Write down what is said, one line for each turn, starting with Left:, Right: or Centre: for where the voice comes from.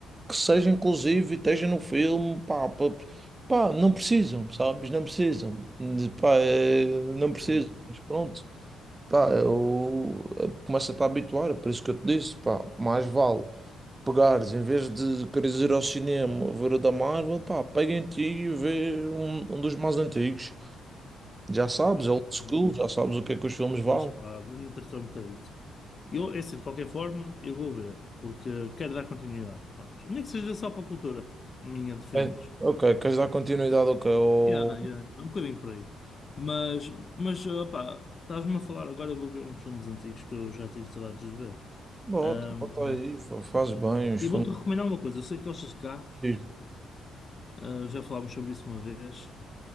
Right: que seja inclusive, esteja no filme, pá, pá, pá, não precisam, sabes? Não precisam, pá, é, não precisam,
Left: Não.
Right: mas pronto, pá, eu eh, começo a te habituar, é por isso que eu te disse, pá, mais vale pegares, em vez de queres ir ao cinema ver o da Marvel, pá, pega em ti e vê um, um dos mais antigos, já sabes,
Left: Ok.
Right: é old school, já sabes o que é que os filmes valem.
Left: Pois pá, vou me interessar um bocadito. Eu, é assim, de qualquer forma, eu vou ver, porque quero dar continuidade. Pronto. Nem que seja só para a cultura minha de filmes.
Right: É, Ok, queres dar continuidade ao que eu...
Left: Yeah, yeah, é um bocadinho por aí. Mas, mas opá, estás-me a falar agora, eu vou ver uns filmes antigos que eu já tenho saudades de ver.
Right: Bota,
Left: Ahm,
Right: bota aí, fa- faz bem os
Left: e vou-te recomendar uma coisa, eu sei que gostas de carros,
Right: filmes.
Left: ah, já falámos sobre isso uma vez.